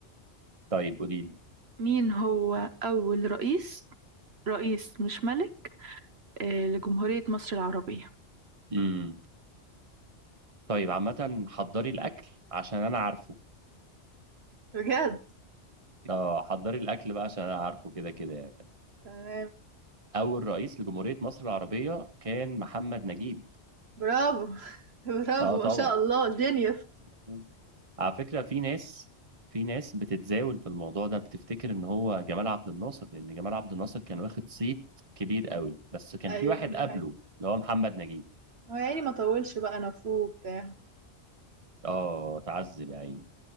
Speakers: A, on the right; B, on the right.
A: طيب قولي لي
B: مين هو أول رئيس رئيس مش ملك آه، لجمهورية مصر العربية
A: امم طيب عامة حضري الأكل عشان أنا عارفه
B: بجد
A: اه حضري الأكل بقى عشان أنا عارفه كده كده يعني
B: تمام
A: أول رئيس لجمهورية مصر العربية كان محمد نجيب
B: برافو <laughs> برافو
A: اه طبعا
B: ما شاء الله جينيوس
A: مم. على فكرة في ناس في ناس بتتزاول في الموضوع ده بتفتكر إن هو جمال عبد الناصر لأن جمال عبد الناصر كان واخد صيت كبير قوي بس كان
B: ايوه
A: في واحد
B: دي
A: قبله
B: حقيقة
A: اللي هو محمد نجيب
B: هو يا عيني ما طولش بقى انا فوق بتاع
A: اه تعذب يا عيني